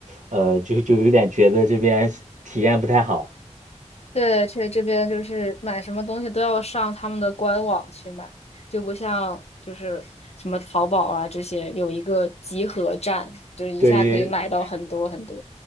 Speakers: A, on the right; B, on the left.
A: 呃，就就有点觉得这边体验不太好。
B: 对，这这边就是买什么东西都要上他们的官网去买，就不像就是什么淘宝啊这些有一个集合站，就是一下可以买到很多很多。
A: 对，于，